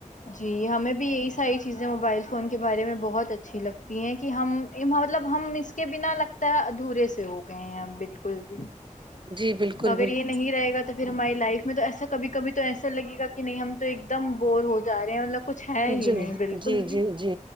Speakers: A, on the left (about 65°); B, on the right (about 35°).
A: جی ہمیں بھی یہی ساری چیزیں موبائل فون کے بارے میں بہت اچھی لگتی ہیں کہ ہم مطلب ہم اس کے بنا لگ تا ادھورے سے ہو گئے ہیں ہم بالکل بھی
B: جی بالکل
A: اگر
B: بالکل
A: یہ نہیں رہے گا تو پھر ہماری لائف میں تو ایسا کبھی کبھی تو ایسا لگے گا کہ نہیں ہم تو ایک دم بور ہو جا رہے ہیں مطلب کچھ ہے ہی
B: جی
A: نہیں بالکل
B: جی
A: بھی
B: جی جی